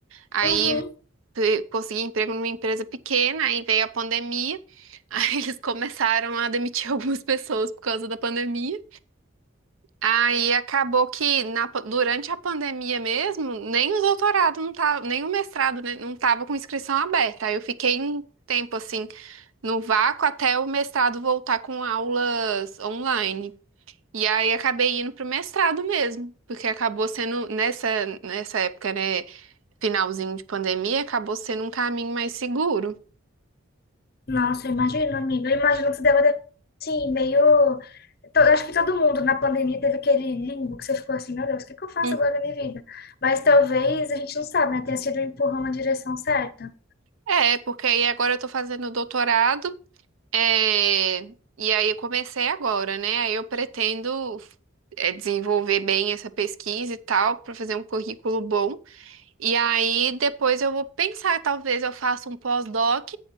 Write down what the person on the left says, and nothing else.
Uhum.
Nossa, eu imagino, amiga. Eu imagino que você deve ter, assim, meio. to- Acho que todo mundo na pandemia teve aquele limbo que você ficou assim, meu Deus, o que que eu faço
agora na minha vida? Mas talvez a gente não sabe, né? Tenha sido um empurrão na direção certa.